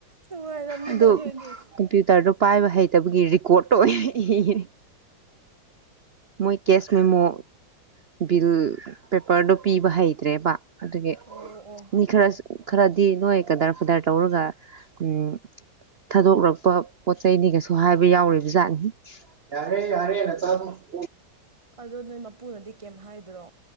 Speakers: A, on the right (about 15°); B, on the right (about 85°).
A: ꯅꯨꯡꯉꯥꯏꯔꯝꯅꯤꯗ
B: ꯑꯗꯣ
A: ꯅꯣꯏꯗꯤ
B: ꯀꯝꯄ꯭ꯌꯨꯇꯔꯗꯣ ꯄꯥꯏꯕ ꯍꯩꯇꯕꯒꯤ ꯔꯦꯀꯣꯔꯠꯇꯣ ꯑꯣꯏꯅ ꯏꯔꯦ ꯃꯣꯏ ꯀꯦꯁ ꯃꯦꯃꯣ ꯕꯤꯜ ꯄꯦꯄꯔꯗꯣ ꯄꯤꯕ ꯍꯩꯇ꯭ꯔꯦꯕ ꯑꯗꯨꯒꯤ
A: ꯑꯣ ꯑꯣ
B: ꯃꯤ ꯈꯔ ꯈꯔꯗꯤ ꯅꯣꯏ ꯀꯗꯔ ꯐꯗꯔ ꯇꯧꯔꯒ ꯎꯝ ꯊꯥꯗꯣꯛꯂꯛꯄ ꯄꯣꯠ ꯆꯩꯩꯅꯤꯒꯁꯨ ꯍꯥꯏꯕ ꯌꯥꯎꯔꯤꯕ ꯖꯥꯠꯅꯤ ꯌꯥꯔꯦ ꯌꯥꯔꯦ ꯑꯆꯥꯄꯣꯠ <inaudible>
A: ꯑꯗꯣ ꯅꯣꯏ ꯃꯄꯨꯅꯗꯤ ꯀꯩꯝ ꯍꯥꯏꯗ꯭ꯔꯣ